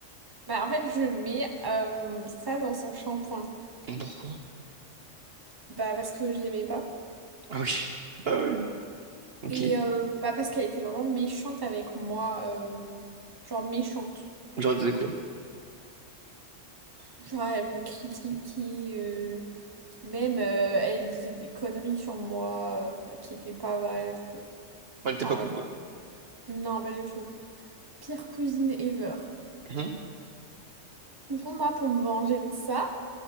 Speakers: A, on the right (about 20°); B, on the right (about 55°).
A: Bah en fait, je mets euh, ça dans son shampoing.
B: Pourquoi?
A: Bah parce que je l'aimais pas.
B: Ah ok. Ah ouais. Ok.
A: Et euh, bah parce qu'elle était vraiment méchante avec moi. euh, genre méchante.
B: Genre, elle faisait quoi?
A: Genre, elle me critiquait, euh, même euh, elle disait des conneries sur moi euh, qui n'étaient pas vraies. et tout.
B: Elle était
A: Enfin
B: pas
A: bref,
B: cool quoi.
A: non, pas du tout. Pire cousine ever.
B: Mhm.
A: Du coup, moi, pour me venger de ça,